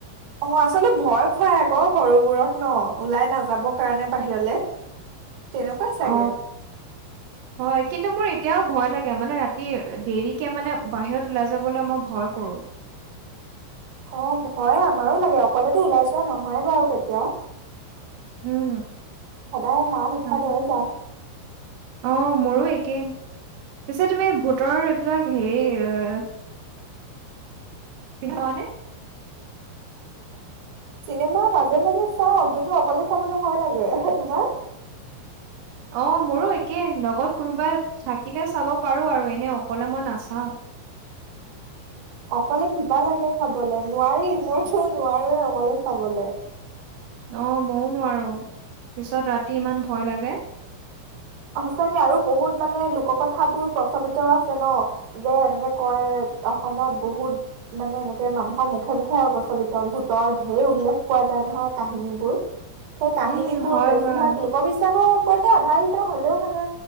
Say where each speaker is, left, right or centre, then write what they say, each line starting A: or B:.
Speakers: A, on the right; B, on the right.
A: অ আচলতে ভয় খুৱাই আকৌ সৰুবোৰক। ন ওলাই নাযাব কাৰণে বাহিৰলে। তেনেকুৱাই চাগে
B: অ হয়। কিন্তু মোৰ এতিয়াও ভয় লাগে মানে ৰাতি দেৰিকে মানে বাহিৰত ওলাই যাবলৈ মই ভয় কৰো।
A: অ ভয় আমাৰো লাগে অকলেতো ওলাই যোৱা নহয় বাৰু কেতিয়াও।
B: উম,
A: সদায় মাক উঠাই
B: নহয়।
A: লৈয়ে যাওঁ।
B: অ মোৰো একে। পিছে তুমি ভোটৰৰ এইবিলাক হেৰি <unintelligible>
A: চিনেমা মাজে মাজে চাও কিন্তু অকলে চাবলৈ ভয় লাগে। তোমাৰ?
B: অ মোৰো একে লগত কোনোবাই থাকিলে চাব পাৰো আৰু এনে অকলে মই নাচাওঁ।
A: অকলে কিবা লাগে চাবলে নোৱাৰি মইতো নোৱাৰোৱে অকলে চাবলে।
B: অ ময়ও নোৱাৰো। পিছত ৰাতি ইমান ভয় লাগে।
A: সচাকে আৰু বহুত মানে লোক কথাবোৰ প্ৰচলিত আছে ন যে এনেকে কয় অসমত বহুত মানে এনেকে মানুহৰ মুখে মুখে প্ৰচলিত ভূতৰ ঢেৰ উল্লেখ পোৱা পাই নহয় কাহিনীবোৰ। সেই কাহিনীবোৰ
B: উম, হয়,
A: বেছিভাগ
B: হয়।
A: লোকবিবাসৰ ওপৰতে আধাৰ হ'লেও মানে